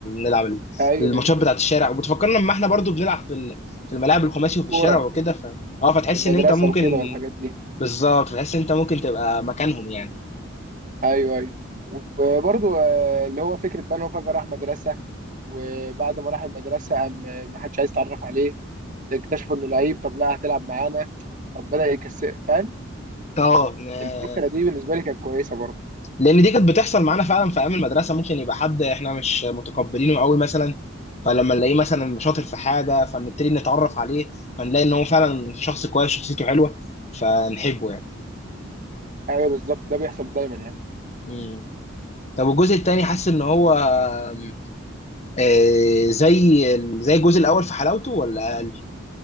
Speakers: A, on the left; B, on the right.
A: نلعب ال-
B: ايوه
A: الماتشات
B: أيوة.
A: بتاعت الشارع وبتفكرنا لما احنا برضو بنلعب في ال- في الملاعب الخماسي وفي
B: كوره
A: الشارع وكده ف اه فتحس
B: في المدرسه
A: ان انت ممكن
B: وكده والحاجات دي
A: بالظبط فتحس ان انت ممكن تبقى مكانهم يعني
B: ايوه ايوه وبرضو آه، اللي هو فكره بقى ان هو فجاه راح مدرسه وبعد ما راح المدرسه قام ما حدش عايز يتعرف عليه اكتشفوا انه لعيب طب لا هتلعب معانا طب بدأ يكسر فاهم
A: اه
B: الفكره دي بالنسبه لي كانت كويسه برضو
A: لان دي كانت بتحصل معانا فعلا في ايام المدرسه ممكن يبقى حد احنا مش متقبلينه قوي مثلا فلما نلاقيه مثلا شاطر في حاجه فنبتدي نتعرف عليه فنلاقي ان هو فعلا شخص كويس شخصيته حلوه فنحبه يعني
B: ايوه بالظبط ده بيحصل دايما يعني
A: مم. طب والجزء التاني حاسس ان هو آم، آه، زي ال- زي الجزء الاول في حلاوته ولا اقل